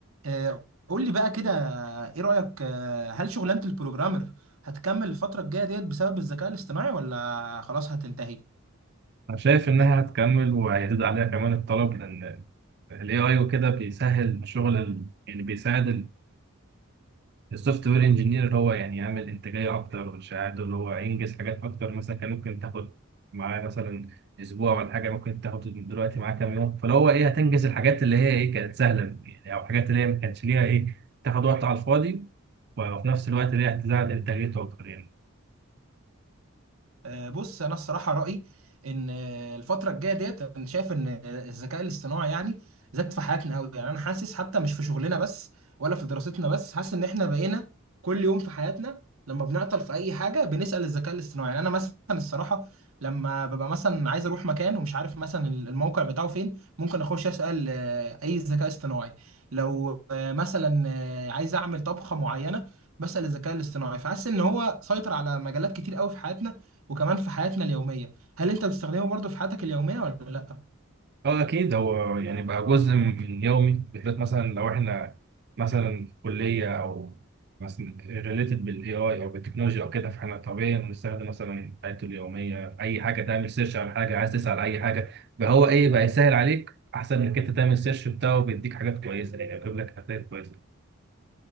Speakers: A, on the right; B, on the right.
A: آه، قول لي بقى كده آه، ايه رأيك آه، هل شغلانة البروجرامر هتكمل الفترة الجاية ديت بسبب الذكاء الاصطناعي ولا خلاص هتنتهي؟
B: أنا شايف إنها هتكمل وهيزيد عليها كمان الطلب لأن ال AI وكده بيسهل شغل ال... يعني بيساعد السوفت وير انجينير اللي هو يعني يعمل إنتاجية أكتر ويساعده اللي هو ينجز حاجات أكتر مثلا كان ممكن تاخد معاه مثلا أسبوع ولا حاجة ممكن تاخد دلوقتي معاه كام يوم فاللي هو إيه هتنجز الحاجات اللي هي إيه كانت سهلة يعني أو الحاجات اللي هي ما كانتش ليها إيه تاخد وقت على الفاضي وفي نفس الوقت اللي هي هتزود إنتاجيته أكتر يعني.
A: آه، بص انا الصراحه رايي ان آه، الفتره الجايه ديت انا شايف ان آه، الذكاء الاصطناعي يعني زاد في حياتنا قوي يعني انا حاسس حتى مش في شغلنا بس ولا في دراستنا بس حاسس ان احنا بقينا كل يوم في حياتنا لما بنعطل في اي حاجه بنسال الذكاء الاصطناعي يعني انا مثلا الصراحه لما ببقى مثلا عايز اروح مكان ومش عارف مثلا الموقع بتاعه فين ممكن اخش اسال آه، اي ذكاء اصطناعي لو آه، مثلا آه، عايز اعمل طبخه معينه بسال الذكاء الاصطناعي فحاسس ان هو سيطر على مجالات كتير قوي في حياتنا وكمان في حياتنا اليومية هل انت بتستخدمه برضو في حياتك اليومية ولا لا
B: اه اكيد هو يعني بقى جزء من يومي بالذات مثلا لو احنا مثلا في كليه او مثلا ريليتد بالاي اي او بالتكنولوجيا او كده فاحنا طبيعي بنستخدم مثلا حياته اليوميه في اي حاجه تعمل سيرش على حاجه عايز تسال اي حاجه فهو ايه بقى يسهل عليك احسن انك انت تعمل سيرش بتاعه بيديك حاجات كويسه يعني بيجيب لك حاجات كويسه